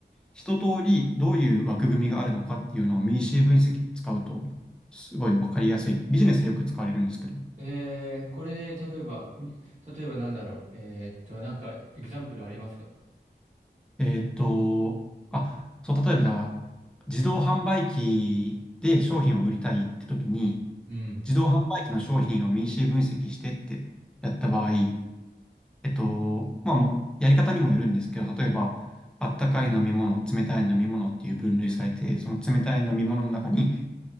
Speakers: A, in the centre; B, on the right.
A: 一通りどういう枠組みがあるのかっていうのを m シー分析使うと、すごいわかりやすい。ビジネスでよく使われるんですけど。
B: えー、これで、例えば、み例えばなんだろう。えーっと、なんか、エグザンプルありますか
A: えーっと、あ、そう、例えばじゃあ、自動販売機で商品を売りたいって時に、
B: うん。
A: 自動販売機の商品を民主分析してってやった場合、えっと、まあ、もうやり方にもよるんですけど、例えば、あったかい飲み物、冷たい飲み物っていう分類されて、その冷たい飲み物の中に、